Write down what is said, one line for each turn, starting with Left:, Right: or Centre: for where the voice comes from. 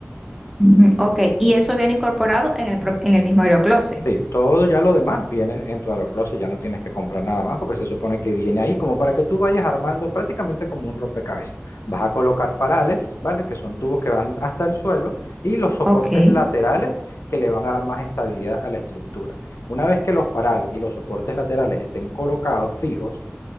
Centre: Mm, ok, y eso viene incorporado en el, pro- en el mismo aerocloset.
Left: Sí, todo ya lo demás viene en tu AeroCloset, ya no tienes que comprar nada más porque se supone que viene ahí como para que tú vayas armando prácticamente como un rompecabezas. Vas a colocar parales, ¿vale? Que son tubos que van hasta el suelo y los soportes
Centre: Ok.
Left: laterales que le van a dar más estabilidad a la estructura. Una vez que los parales y los soportes laterales estén colocados fijos,